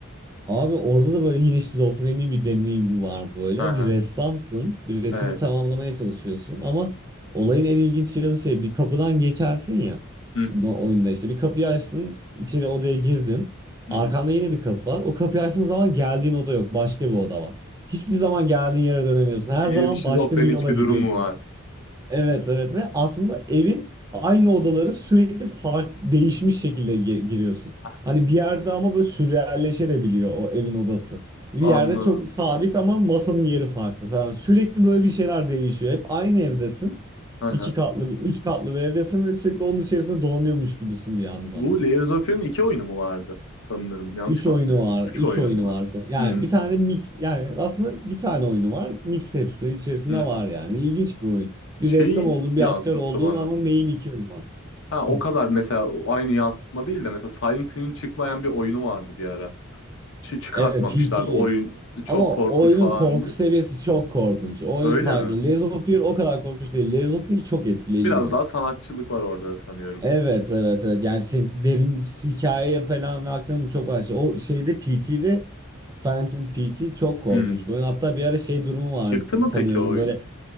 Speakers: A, on the right (about 15°); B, on the left (about 65°).
A: Abi orada da böyle yine şizofreni bir deneyim var böyle.
B: Hı hı.
A: Bir ressamsın, bir resmi
B: Evet.
A: tamamlamaya çalışıyorsun ama olayın en ilginç yanı şey bir kapıdan geçersin ya
B: Hı hı.
A: no- oyunda işte bir kapıyı açtın, içeri odaya girdin.
B: Hı
A: Arkanda
B: hı.
A: yine bir kapı var. O kapıyı açtığın zaman geldiğin oda yok, başka bir oda var. Hiçbir zaman geldiğin yere dönemiyorsun. Her
B: Yine
A: zaman
B: bir şizofrenik
A: başka bir yola
B: bir
A: gidiyorsun.
B: durum mu var?
A: Evet evet ve aslında evin aynı odaları sürekli farklı değişmiş şekilde gi- giriyorsun.
B: Ha,
A: Hani bir yerde ama böyle sürrealleşebiliyor o evin odası. Bir
B: Anladım.
A: yerde çok sabit ama masanın yeri farklı falan. Sürekli böyle bir şeyler değişiyor. Hep aynı evdesin.
B: Hı hı.
A: İki katlı, üç katlı bir evdesin ve sürekli onun içerisinde dolanıyormuş gibisin bir anlamda
B: Bu Layers of Fear'ın iki oyunu mu vardı? Sanırım. Yanlış
A: üç
B: mı
A: oyunu
B: hatırlıyorum?
A: var.
B: Üç
A: üç
B: oyunu
A: oyunu
B: mu var?
A: varsa. Yani
B: Hı.
A: bir tane mix yani aslında bir tane oyunu var. Mix hepsi içerisinde
B: Hı hı.
A: var yani. İlginç bir oyun.
B: Şeyi
A: Bir ressam olduğun,
B: yansıttı
A: bir aktör olduğun
B: bana.
A: ama main iki oyun var.
B: Ha o
A: Hı.
B: kadar mesela o aynı yansıtma değil de mesela Silent Hill'in çıkmayan bir oyunu vardı bir ara. Şu çıkartmamışlardı.
A: Evet, PT.
B: Oyun çok
A: Ama
B: korkunç
A: oyunun
B: falan
A: korku
B: diye.
A: seviyesi çok korkunç. Oyun
B: Öyle
A: farklı.
B: mi?
A: Layers of Fear o kadar korkunç değil. Layers of Fear çok etkileyici
B: Biraz
A: bir oyun.
B: daha sanatçılık var orada sanıyorum.
A: Evet evet evet yani se- derin hikayeye falan ve aktarım çok var. O şeyde PT'de Silent Hill PT çok korkunç
B: Aynen.
A: bir oyun. Hatta bir ara şey durumu vardı
B: Çıktı mı
A: sanıyorum
B: peki o oyun?
A: böyle